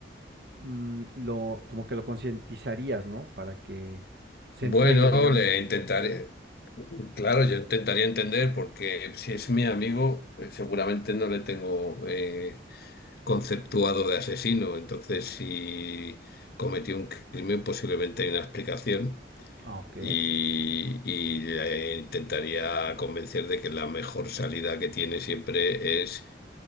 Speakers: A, on the right; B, on the left.
A: mm, lo, como que lo concientizarías, ¿no? Para que se
B: Bueno,
A: entregue, digamos.
B: le intentaré, claro, yo intentaría entender porque si es mi amigo, eh, seguramente no le tengo eh, conceptuado de asesino. Entonces, si cometió un crimen, posiblemente hay una explicación
A: Ah, ok,
B: y, y le intentaría convencer de que la mejor salida que tiene siempre es